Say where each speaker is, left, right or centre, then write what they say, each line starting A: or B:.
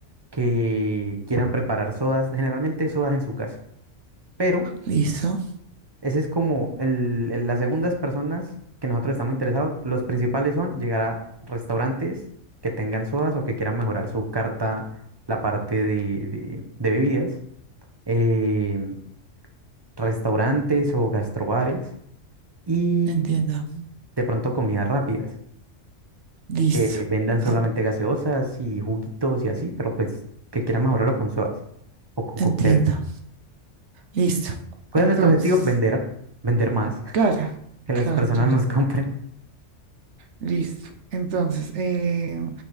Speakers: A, on the right (about 25°); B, on the right (about 70°).
A: que quieran preparar sodas, generalmente sodas en su casa, pero
B: Listo.
A: ese es como el- el- las segundas personas que nosotros estamos interesados. Los principales son llegar a restaurantes que tengan sodas o que quieran mejorar su carta, la parte de, de- de bebidas. eh, restaurantes o gastrobares y
B: Entiendo.
A: de pronto comidas rápidas,
B: Listo.
A: que vendan solamente
B: Ah,
A: gaseosas y juguitos y así, pero pues que quieran mejorarlo con sodas o con
B: entiendo.
A: cócteles.
B: Listo.
A: ¿Cuál
B: Entonces.
A: es nuestro objetivo? Vender, vender más, <laughs>
B: Claro,
A: que las
B: claro,
A: personas
B: claro.
A: nos compren.
B: Listo. Entonces, eh,